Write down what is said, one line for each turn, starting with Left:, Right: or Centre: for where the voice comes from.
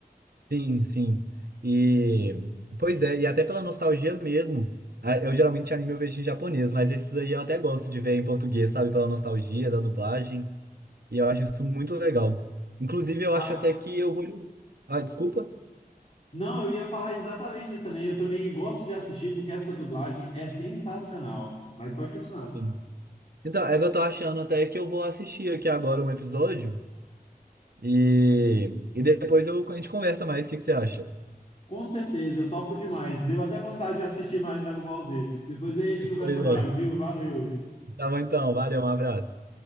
Right: Sim, sim. E pois é, e até pela nostalgia mesmo. a- Eu geralmente anime eu vejo em japonês, mas esses aí eu até gosto de ver em português, sabe? Pela nostalgia da dublagem. E eu acho isso muito legal. Inclusive, eu
Left: A...
Right: acho até que eu vou. Ah, desculpa.
Left: Não, eu ia falar exatamente isso também. Eu também gosto de assistir porque essa dublagem é sensacional. Mas pode continuar.
Right: Sim. Então, é que eu tô achando até que eu vou assistir aqui agora um episódio e, e depois eu... a gente conversa mais. O que que você acha?
Left: Com certeza, eu topo demais. Deu até vontade de assistir mais Dragon Ball Z. Depois a gente conversa
Right: Pois
Left: mais,
Right: é.
Left: viu? Valeu!
Right: Tá bom então, valeu, um abraço.